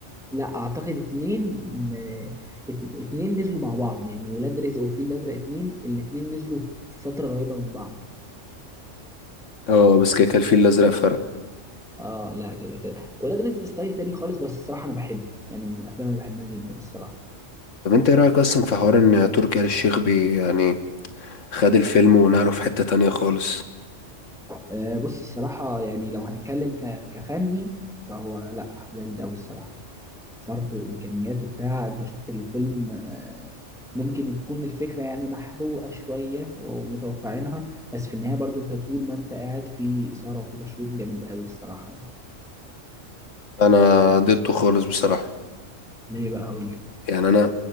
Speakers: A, in the centre; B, on the left.
A: لا اعتقد اتنين م- ات- اتنين نزلوا مع بعض يعني ولاد رزق والفيل الازرق اتنين الاتنين نزلوا في فتره قريبه من بعض
B: اه بس كده كان الفيل الازرق فرق
A: اه لا كده كده ولاد رزق ستايل تاني خالص بس الصراحه انا بحبه يعني من الافلام اللي بحبها جدا الصراحه
B: طب انت ايه رايك اصلا في حوار ان تركي آل الشيخ بي يعني خد الفيلم ونقله في حته تانية خالص
A: آه بص الصراحه يعني لو هنتكلم ك... كفني فهو لا جامد قوي الصراحه صرفه وامكانياته بتاع انت شفت الفيلم ممكن يكون الفكره يعني محروقه شويه ومتوقعينها بس في النهايه برضو انت طول ما انت قاعد في اثاره وفي تشويق جامد قوي الصراحه يعني.
B: انا ضده خالص بصراحه
A: ليه بقى قول لي
B: يعني انا